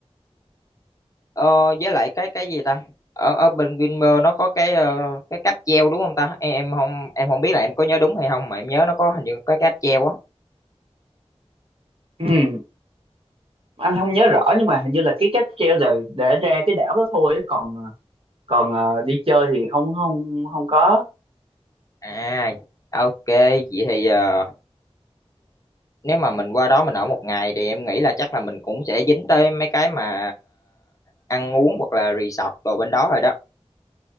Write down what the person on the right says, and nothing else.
Ừm, anh không nhớ rõ nhưng mà hình như là cái cáp treo là để ra cái đảo đó thôi á, còn còn ờ, đi chơi thì không không không có